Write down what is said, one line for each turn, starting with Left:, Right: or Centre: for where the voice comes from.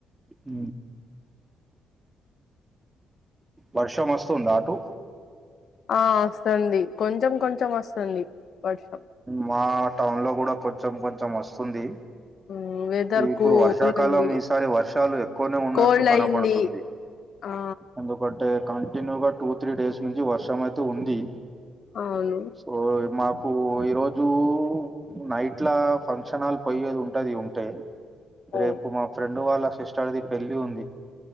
Right: హ వర్షం వస్తుంద అటు
Left: ఆ వస్తుంది కొంచెం కొంచెం వస్తుంది వర్షం
Right: మా టౌన్ లో కూడా కొంచెం కొంచెం వస్తుంది
Left: మ్మ్ వెదర్
Right: ఇప్పుడు
Left: కూల్
Right: వర్షాకాలం
Left: ఉంది
Right: ఈసారి వర్షాలు ఎక్కువనే ఉన్నట్టు
Left: కోల్డ్
Right: కనపడుతుంది
Left: అయింది ఆ
Right: ఎందుకంటే కంటిన్యూగా టూ త్రీ డేస్ నుంచి వర్షం అయితే ఉంది
Left: అవును
Right: సో మా కు ఈరోజు నైట్ల ఫంక్షన హాల్ పోయేది ఉంటది ఉంటే
Left: అవును
Right: రేపు మా ఫ్రెండ్ వాళ్ళ సిస్టర్ది పెళ్లి ఉంది